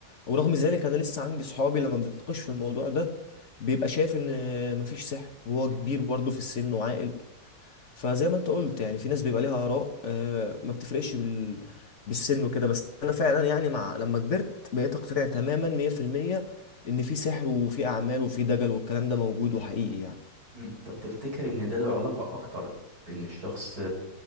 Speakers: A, on the left; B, on the right.
A: ورغم ذلك انا لسه عندي صحابي لما بنتناقش في الموضوع ده بيبقى شايف ان مفيش سحر وهو كبير برضه في السن وعاقل فزي ما انت قلت يعني في ناس بيبقى ليها اراء آه، ما بتفرقش بال... بالسن وكده بس انا فعلا يعني مع لما كبرت بقيت اقتنع تماما 100% ان في سحر وفي اعمال وفي دجل والكلام ده موجود وحقيقي يعني
B: مم. طب تفتكر ان ده له علاقة اكتر بان الشخص